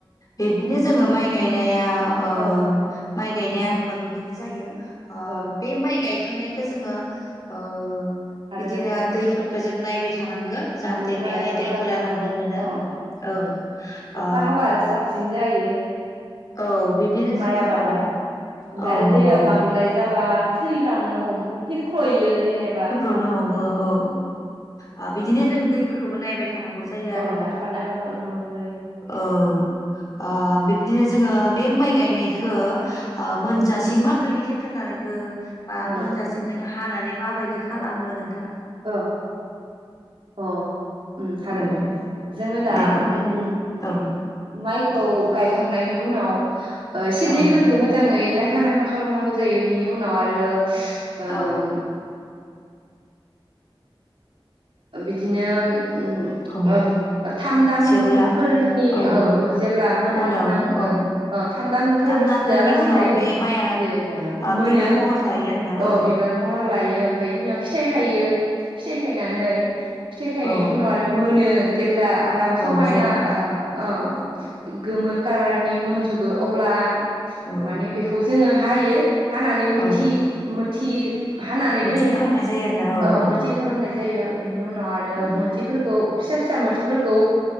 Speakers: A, on the left; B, on the right.
A: बि बिदिनो जोङो माइ गायनाया ओ
B: औ
A: माइ गायनाय आदबा बिदिनो जायो। ओ
B: औ
A: बे माइ गायखांनायखौ जोङो ओ
B: आरो
A: बिदिनो दैफोरखौ जों नायबाय थानांगो जाहाथे
B: नायफा
A: बेहाय
B: नायफा
A: दैफोरा
B: खालामनांगौ
A: राननो मोनो
B: अ
A: औ
B: अखा
A: ओ
B: हाबा आरो साबसिन जायो
A: औ बिब्दिनो
B: माइ
A: जोङो
B: आबादा
A: औ
B: ओमफ्राय
A: औ
B: आरो दैया
A: नंगौ
B: बांद्राय जाबा थैलांनो हम थैख्र'यो जेनेबा।
A: नो
B: ओ
A: हमो औ औ बिदिनो जों दैफोरखौ नायबाय थानागौ जायो आरोना
B: अ नायफा नायफा खालामनांगौ जायो
A: औ ओ बिब्दिनो जोङो बे माइ गायनायखो ओ मोनजासिम
B: ओं
A: माबायदि जेन थोन लानांगो बा
B: ओं
A: मोनजासिम जों हानानै माबायदि खालामो नों
B: ओ अ उम हागोन
A: औ
B: दे जोंङो दा
A: दे फोरमायनाय
B: उम
A: औ
B: माइखौ गायखांनायनि उनाव ओ एसे
A: औ
B: दैफोरखौ मोजांङै नाय नायफा-नायफा खालामनांगौ जायो बिनि उनाव आरो ओम
A: औ
B: बिदिनो उम
A: औ
B: ओ थाम दानफोरनि
A: जेब्ला औ
B: ओ
A: औ
B: जेब्ला मोनहां
A: उनाव
B: मोनहां
A: औ
B: ओ थाम दानफोरसोआ
A: थाम दानफोरनि
B: लासे
A: उनाव
B: थायो
A: बे माइआ
B: जे
A: ओ
B: मोनो
A: बिबार महर लायो आरोना
B: अ
A: औ
B: बिबार महर लायो ओमफाय बेनि उनाव फिथाइ थाययो फिथाइ नानै फिथाइ थायनायनि
A: औ
B: उनाव आरो मो मोनो जेब्ला आराम समायना
A: औ जे
B: ओ ओ
A: औ
B: गोमो कालारनि मोनजोबो अब्ला
A: औ
B: माने बेखौ जोंङो हायो हानानै मोथि
A: औ
B: थि हानानै
A: मोथि
B: दोनो
A: खालामनाय जायो आरोना औ
B: ओ मोथि खालामनाय जायो बेनि उनाव आरो
A: औ औ
B: मोथिफोरखौ फिसा फिसा मोथिफोरखौ ओ